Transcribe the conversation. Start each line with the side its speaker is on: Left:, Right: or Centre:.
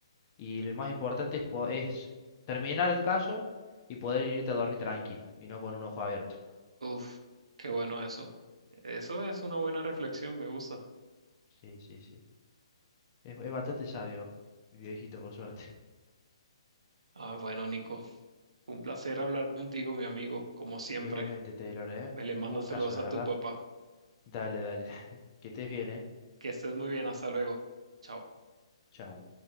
Left: Y lo más importante es, po- es terminar el caso y poder irte a dormir tranquilo y no con un ojo abierto.
Right: Uf, qué bueno eso. Eso es una buena reflexión, me gusta.
Left: Sí, sí, sí. Es, es bastante sabio, mi viejito, por suerte.
Right: Ah, bueno, Nico, fue un placer hablar contigo, mi amigo, como siempre.
Left: Igualmente, Taylor, ¿eh?
Right: Me le
Left: Un
Right: mando
Left: gustazo,
Right: saludos
Left: la
Right: a
Left: verdad.
Right: tu papá.
Left: Dale, dale. <laughs> Que estés bien, ¿eh?
Right: Que estés muy bien, hasta luego. Chao.
Left: Chao.